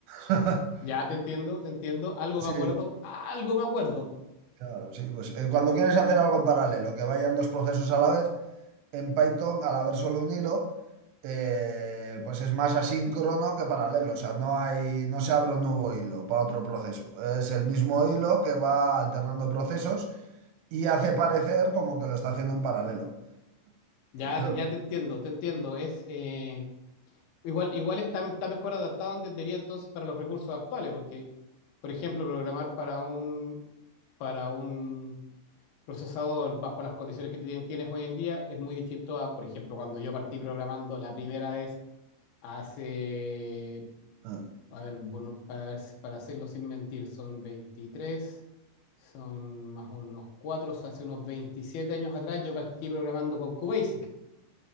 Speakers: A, on the right; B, on the left.
A: <laughs>
B: Ya te entiendo, te entiendo, algo
A: Sí,
B: me acuerdo, algo me acuerdo.
A: claro, sí, pues eh, cuando quieres hacer algo en paralelo, que vayan dos procesos a la vez, en Python, al haber solo un hilo, eh, pues es más asíncrono que paralelo. O sea, no hay, no se abre un nuevo hilo para otro proceso. Es el mismo hilo que va alternando procesos y hace parecer como que lo está haciendo en paralelo.
B: Ya,
A: Claro.
B: te- ya te entiendo, te entiendo. Es, eh, igual, igual está, está mejor adaptado, entendería entonces, para los recursos actuales, porque, por ejemplo, programar para un, para un procesador bajo las condiciones que tien- tienes hoy en día es muy distinto a, por ejemplo, cuando yo partí programando la primera vez hace,
A: Ah,
B: a ver, bueno, para, ver- para hacerlo sin mentir, son 23 son más unos cuatro o sea, hace unos 27 años atrás yo partí programando con QBasic.